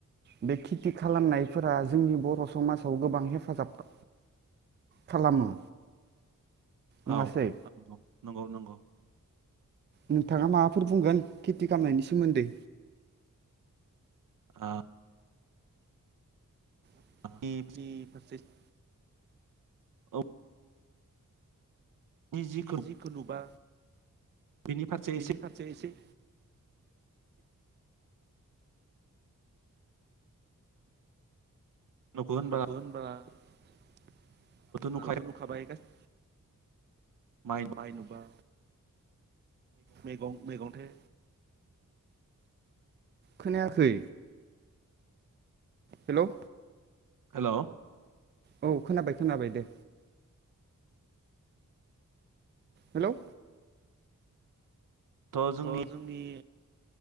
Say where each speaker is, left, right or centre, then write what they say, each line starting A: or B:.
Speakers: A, on the right; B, on the right.
A: बे खेथि खालामनायफोरा जोंनि बर' समाज आव गोबां हेफाजाब खालामो। नङासै
B: औ नोंगौ नंगौ नंगौ।
A: नोंथाङा माबाफोर बुंगोन खेथि खामनायनि सोमोन्दै
B: आ
A: <inaudible>
B: औनि औ जिखौ
A: दिजि खुनुबा
B: बेनि फारसे
A: बिनि
B: एसे
A: फारसे एसे
B: न'खौ होनबाथ'
A: न'खो होनब्ला <unintelligible>
B: नुखायो माइ
A: माय नुबा मैगं मैगंथा खोनायाखै हेलौ
B: हेल'
A: औ खोनाबाय खोनाबाय दे हेलौ
B: थ' जोंनि
A: रजनि